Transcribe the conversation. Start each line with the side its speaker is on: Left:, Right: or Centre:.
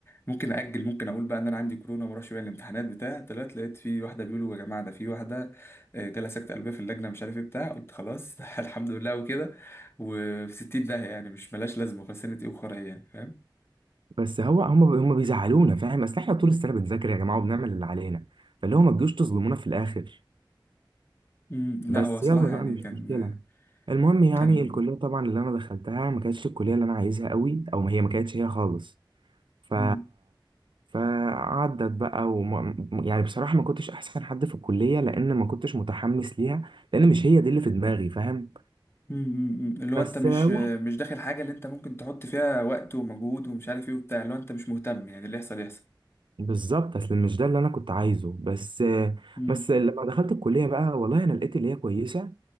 Left: ممكن أجل ممكن أقول بقى إن أنا عندي كورونا وما أروحش بيها الامتحانات بتاع طلعت لقيت في واحدة بيقولوا يا جماعة ده في واحدة آه، جالها سكتة قلبية في اللجنة مش عارف ايه بتاع قلت خلاص <laughs> الحمد لله وكده وفي 60 داهية يعني مش ملاش لازمة خسنة ايه وخرا ايه يعني فاهم
Right: بس هو هم هم بيزعلونا فاهم اصل احنا طول السنه بنذاكر يا جماعه وبنعمل اللي علينا فاللي هو ما تجوش تظلمونا في الاخر
Left: مم، لا
Right: بس
Left: هو صراحة
Right: يلا بقى
Left: يعني
Right: مش
Left: كان
Right: مشكله المهم يعني
Left: كان
Right: الكليه طبعا اللي انا دخلتها ما كانتش الكليه اللي انا عايزها قوي او ما هي ما كانتش هي خالص ف
Left: مم،
Right: فعدت بقى وما... يعني بصراحة ما كنتش أحسن حد في الكلية لأن ما كنتش متحمس ليها لأن مش هي دي اللي في دماغي فاهم
Left: مم، مم، مم. اللي هو
Right: بس
Left: انت مش
Right: واحد
Left: مش داخل حاجة اللي انت ممكن تحط فيها وقت ومجهود ومش عارف ايه وبتاع اللي هو انت مش مهتم يعني اللي يحصل يحصل
Right: بالظبط أصل مش ده اللي أنا كنت عايزه بس
Left: مم،
Right: بس لما دخلت الكلية بقى والله أنا لقيت اللي هي كويسة